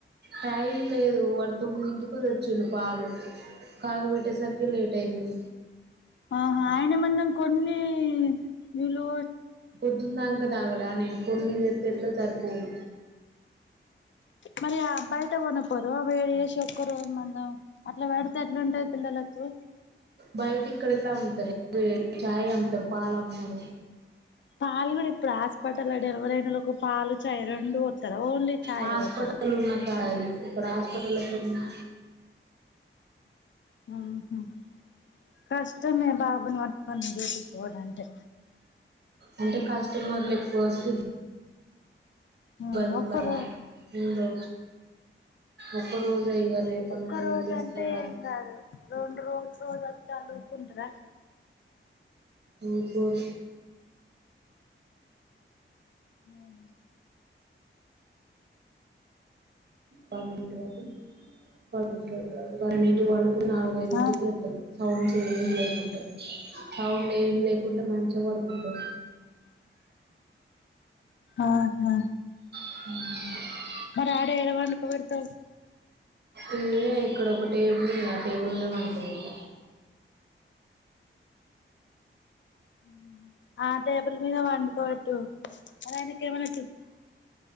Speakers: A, on the right; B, on the left.
A: టైం లేదు వాడు తొమ్మిది ఇంటికిది వచ్చిండు పాలు కాగబెట్టేసరికి లేట్ అయింది
B: ఆహా ఆయన మనం కొన్ని వలు
A: పొద్దుందాంక దాగడానే కొన్నిది ఎత్తేట్లు సరిపోవు
B: మరి అబ్బాయితే కొనపోదు వేడి చేసి ఒక్క రోజు మందం అట్లా పెడితే అట్లాంటాది పిల్లలకు
A: బయట ఇక్కడైతే అమ్ముతారు చాయ్ అమ్తారు పాలు అమ్మరు
B: పాలు కూడా ఇప్పుడు ఆస్పటాలడు ఎల్వరన ఒక పాలు చాయ్ రెండు పోతారా ఓన్లీ చాయ్
A: హాస్పిటల్
B: పోతారా
A: ఉన్న కాడ అది ఇక్కడ హాస్పిటల్లో పర్న్నా
B: ఉహుమ్ కష్టమే బాబన పక్కను డ్యూటీకి పోవాలి అంటే
A: అంటే కాష ష్ట మర్ లే ఎక్కువ వస్తు
B: ఆ
A: ఇబ్బందికరలుు
B: ఒక్క రో
A: ఒకరోజైగా రేపటి
B: ఒక్క
A: నుండి
B: రోజు
A: తీసువాలి
B: అంటే ఏం కాదు రెండు రోజు రోజు వత్తే ఆళ్ళు ఊకుంటరా
A: ఇపర
B: ఉమ్
A: పన్నెడు వరకు పన్నెడు వరకు పన్నెండు వం కూడా నాలుగుఐదు
B: ఆ
A: ఇంటికి ఎత్తం సౌండ్ చేయం లేకుంటే సౌండ్ ఏం లేకుంటే మంచిగా పడుకుంటుండు
B: ఆహా
A: అ
B: మరీ ఆడ ఏడ పనుకోబడతవ్
A: ఏ ఇద ఇక్కడ ఒక టేబుల్ ఉన్నది ఆ టేబుల్ మీద వంకోగట
B: ఉమ్ ఆ టేబుల్ మీద వండుకోవట్టు అలా అనక ఎమనాటు